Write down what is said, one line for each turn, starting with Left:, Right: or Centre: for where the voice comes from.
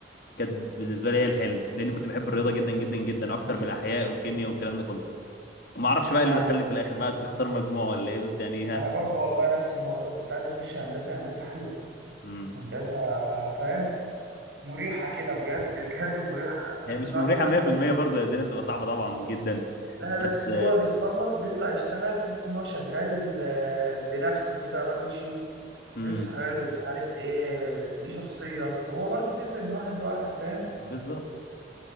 Left: كانت بالنسبه لي هي الحلم لاني كنت بحب الرياضه جدا جدا جدا اكتر من الاحياء والكيمياء والكلام ده كله وما اعرفش بقى
Right: ما
Left: اللي
Right: انا
Left: دخلني في الاخر بقى استخسار مجموع ولا ايه بس يعني ها
Right: انا برضو والله نفس الموضوع كنت عايز اخش هندسه هندسه حلوه
Left: امم
Right: هندسه فاهم مريحه كده بجد بجد مريحه تحس
Left: هي مش
Right: ان هو
Left: مريحه
Right: المهندس
Left: 100%
Right: مهندس
Left: برضه الدنيا بتبقى صعبه طبعا جدا
Right: لا
Left: بس
Right: بس هو بيخلص بيطلع يشتغل تحس ان هو شغال آه، بنفسه كده راجل شيك
Left: امم
Right: لبسه حلو مش عارف ايه ليه شخصيه هو برضو بتفرق من واحد لواحد فاهم
Left: بالظبط